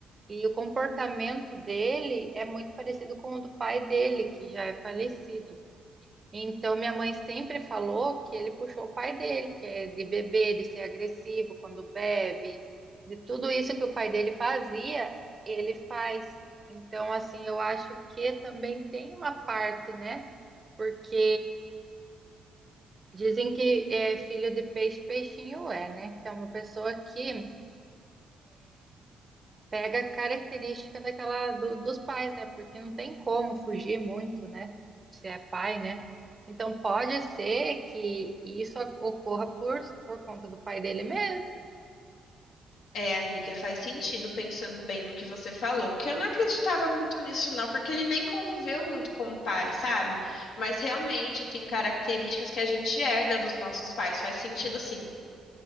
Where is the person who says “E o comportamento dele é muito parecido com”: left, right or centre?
Right